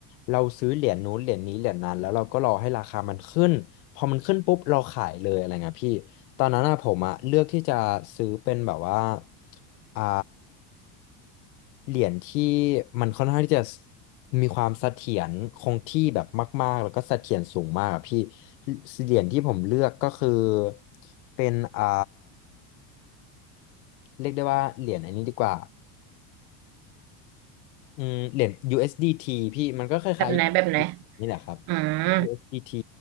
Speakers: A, on the left; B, on the right.
A: เราซื้อเหรียญนู้นเหรียญนี้เหรียญนั้นแล้วเราก็รอให้ราคามันขึ้นพอมันขึ้นปุ๊บเราขายเลยอะไรเงี้ยพี่ ตอนนั้นอะผมอะเลือกที่จะซื้อเป็นแบบว่าอ่าเหรียญที่มันค่อนข้างที่จะมีความเสถียรคงที่แบบมากๆแล้วก็เสถียรสูงมากอะพี่เหรียญที่ผมเลือกก็คือเป็นอ่าเรียกได้ว่าเหรียญอันนี้ดีกว่าอืมเหรียญ USDT พี่มันก็คล้ายๆ
B: แบบไหนแบบไหน
A: USDT นี่แหละครับ
B: อืม
A: USDT